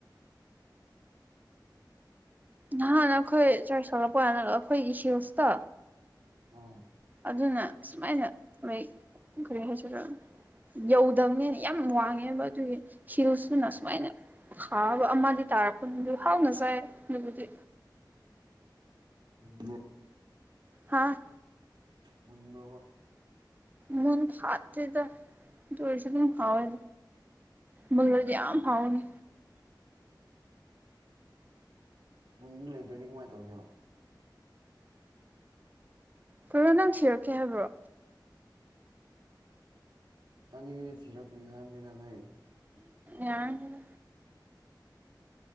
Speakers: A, on the right (about 20°); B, on the right (about 75°).
A: ꯅꯍꯥꯟ ꯑꯩꯈꯣꯏ ꯆꯔꯥꯁ ꯍꯧꯔꯛꯄ ꯀꯟꯗ ꯑꯩꯈꯣꯏꯒꯤ ꯍꯤꯜꯁꯇꯣ
B: ꯑꯥ
A: ꯑꯗꯨꯅ ꯁꯨꯃꯥꯏꯅ ꯅꯣꯏ ꯀꯔꯤ ꯍꯥꯢꯁꯦꯔ ꯌꯧꯗꯕꯅꯦꯅ ꯌꯥꯝ ꯋꯥꯡꯉꯦꯕ ꯑꯗꯨꯒꯤ ꯍꯤꯜꯁꯇꯨꯅ ꯁꯨꯃꯥꯏꯅ ꯍꯥꯎꯕ ꯑꯃꯗꯤ ꯇꯥꯔꯛꯄꯅꯤ ꯍꯥꯎꯅ ꯆꯥꯏ ꯑꯗꯨꯕꯨꯗꯤ
B: ꯃꯨꯟꯕꯔꯣ
A: ꯍꯥꯥ
B: ꯃꯨꯟꯕꯔꯣꯕ
A: ꯃꯣꯟ ꯐꯥꯠ ꯇꯦꯗ ꯑꯗꯨ ꯑꯣꯢꯔꯁꯨ ꯑꯗꯨꯝ ꯍꯧꯋꯦ ꯃꯨꯟꯂꯗꯤ ꯌꯥꯝ ꯍꯥꯎꯅꯤ
B: ꯃꯨꯟꯕ ꯂꯩꯇ꯭ꯔꯗꯤ ꯀꯃꯥꯏ ꯇꯧꯁꯦꯕ
A: ꯀꯔꯣ ꯅꯪ ꯊꯤꯔꯛꯀꯦ ꯍꯥꯏꯕ꯭ꯔꯣ
B: ꯆꯥꯅꯤꯡꯉꯩꯗꯤ ꯊꯤꯔꯛꯄꯤꯒꯦ ꯍꯥꯏꯕꯅꯤꯗ ꯅꯣꯏ
A: ꯌꯔꯅꯤꯗ